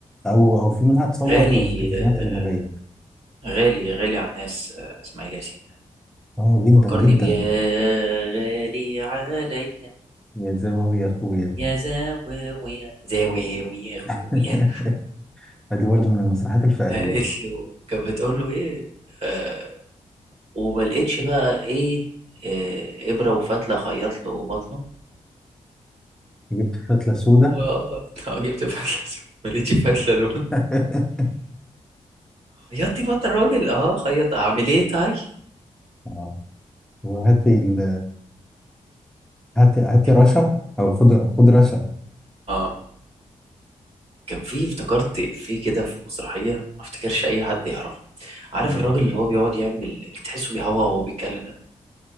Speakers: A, in the centre; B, on the right.
A: او او في منها تصور
B: غالي
A: في تلفزيونات
B: آه
A: اجنبية
B: غالي غالي على الناس آه اسماعيل ياسين ده
A: اه جدا
B: فكرني
A: جدا
B: بيه يا غالي عليا
A: يا زواوي يا اخويا
B: يا زاوية زاوية يا اخويا
A: <laughs> ادي برضه من المسرحيات الفقريه
B: قالت له كانت بتقول له ايه آه وما لقيتش بقى ايه آه ابره وفتله خيط له بطنه
A: جبت فتله سودا
B: و آه، <laughs> جبت فتله ما لقيتش فتله له
A: <laughs>
B: خياطي بقى الراجل اه خيط اعمل ايه تاي
A: اه وهاتي ال... هاتي هاتي
B: كان
A: رشا او خد خد رشا
B: اه كان في افتكرت في كده في مسرحيه ما افتكرش اي حد يعرفه عارف
A: مم.
B: الراجل اللي هو بيقعد يعمل اللي تحسه بيهوى وهو بيتكلم ده